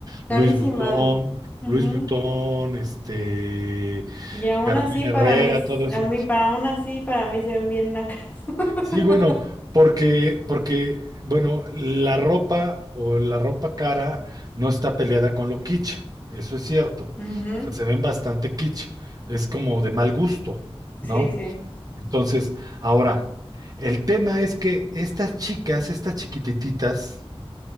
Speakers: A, on the left; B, on the right.
A: carísima.
B: Luis Butón,
A: Ujú.
B: Luis Butón, este,
A: Y aún
B: Carolina
A: así para
B: Herrera,
A: mí, s-
B: todo eso.
A: a mí, para aún así para mí se ven bien nacas. <laughs>
B: Sí, bueno, porque, porque, bueno, la ropa o la ropa cara no está peleada con lo kitsch, eso es cierto.
A: Ujú,
B: O sea, se ven bastante kitsch, es como de mal gusto,
A: Sí,
B: ¿no?
A: sí.
B: Entonces, ahora, el tema es que estas chicas, estas chiquitititas,